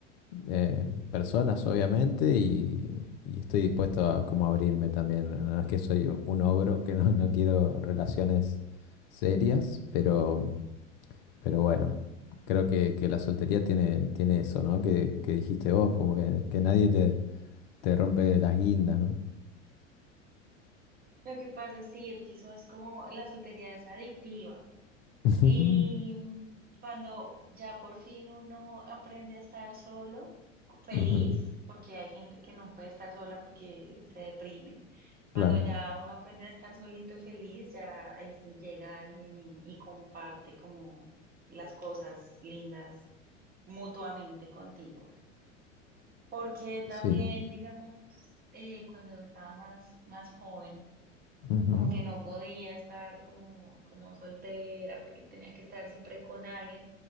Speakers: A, on the left; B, on the right.
A: eh, personas, obviamente, y, y estoy dispuesto a como abrirme también. No es que soy u- un ogro, que no, no quiero relaciones serias, pero, pero bueno, creo que, que la soltería tiene, tiene eso, ¿no? Que, que dijiste vos, como que, que nadie te, te rompe las guindas, ¿no?
B: Lo que pasa, sí, es que eso es como la soltería es adictiva.
A: <laughs>
B: Y mm, cuando ya por fin uno aprende a estar solo, feliz,
A: Ujú, ujú,
B: porque hay gente que no puede estar sola porque se deprime. Cuando
A: Claro,
B: ya uno aprende a estar solito feliz, ya ahí sí llega alguien y, y comparte como las cosas lindas mutuamente contigo. Porque también,
A: sí.
B: digamos, eh, cuando estaba más, más joven,
A: ujú,
B: como que no podía estar como, como soltera porque tenía que estar siempre con alguien